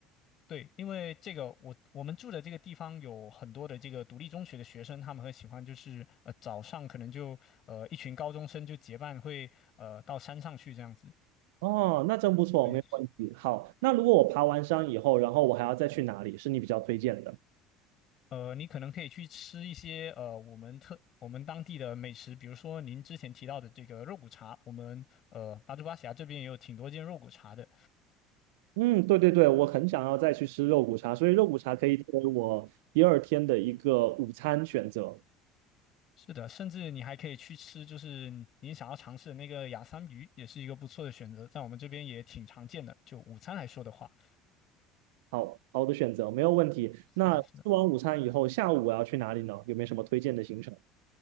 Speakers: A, on the left; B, on the right.
A: 对，因为这个我我们住的这个地方有很多的这个独立中学的学生，他们很喜欢就是呃早上可能就呃一群高中生就结伴会呃到山上去这样子。
B: 哦，那真不错，
A: 对，
B: 没有问题。好，那如果我爬完山以后，然后我还要再去哪里，是你比较推荐的？
A: 呃，你可能可以去吃一些呃，我们特我们当地的美食，比如说您之前提到的这个肉骨茶，我们呃巴珠巴峡这边也有挺多间肉骨茶的。
B: 嗯，对对对，我很想要再去吃肉骨茶，所以肉骨茶可以作为我第二天的一个午餐选择。
A: 是的，甚至你还可以去吃，就是您想要尝试的那个雅桑鱼，也是一个不错的选择，在我们这边也挺常见的。就午餐来说的话，
B: 好好的选择，没有问题。
A: 是的，
B: 那吃完午餐以后，
A: 是的。
B: 下午我要去哪里呢？有没有什么推荐的行程？